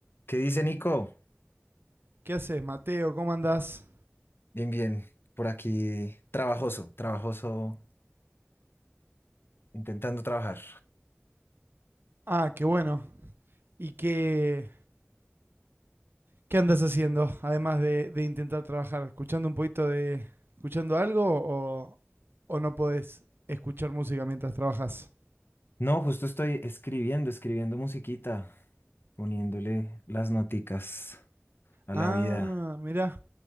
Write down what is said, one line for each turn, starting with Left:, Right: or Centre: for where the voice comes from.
Left: ¿Qué dice Nico?
Right: ¿Qué haces, Mateo? ¿Cómo andás?
Left: Bien, bien. Por aquí, trabajoso, trabajoso, intentando trabajar.
Right: Ah, qué bueno. ¿Y qué, qué andas haciendo? Además de, de intentar trabajar, ¿escuchando un poquito de. ¿Escuchando algo o, o no podés escuchar música mientras trabajas?
Left: No, justo estoy escribiendo, escribiendo musiquita, poniéndole las noticas a
Right: Ah,
Left: la vida.
Right: mirá.